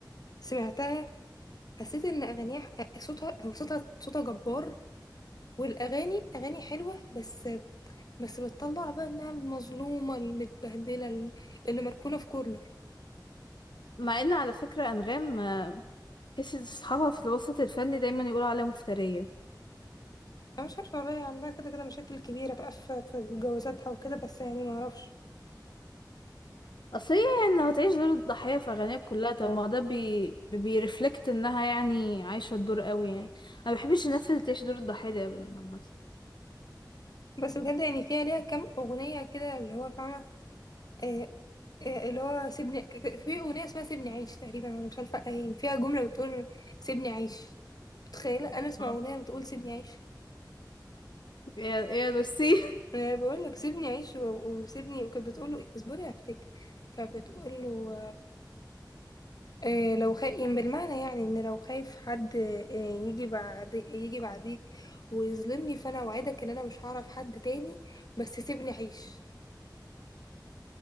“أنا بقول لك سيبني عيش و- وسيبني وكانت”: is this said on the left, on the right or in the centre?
Left